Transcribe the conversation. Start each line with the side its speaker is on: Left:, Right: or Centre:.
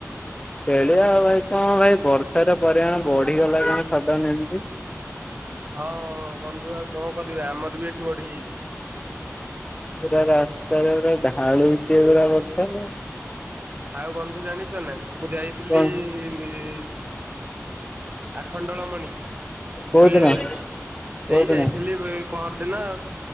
Left: ଖେଳିବା ଆଉ ଭାଇ ତ ଭାଇ ବର୍ଷାର ପରିମାଣ ବଢିଗଲା କଣ ସଡନ୍ ଏମିତି।
Right: ହଁ ବନ୍ଧୁ ଆଉ କଣ କରିବା ଆମର ବି ଏଠି ବଢିଯାଇଛି।
Left: ପୁରା ରାସ୍ତାରେ ପୁରା ଢାଳୁଚି ପୁରା ବର୍ଷା।
Right: ଆଉ ବନ୍ଧୁ ଜାଣିଚ ନା ମୁଁ ଯାଇଥିଲି
Left: କଣ
Right: ଇ ଆଖଣ୍ଡଳମଣି
Left: କୋଉଦିନ
Right: ବୁଲିବା ପାଇଁ
Left: କୋଉଦିନ
Right: ଏଇ ଯାଇଥିଲି ବି ପହର ଦିନ ଆଉ।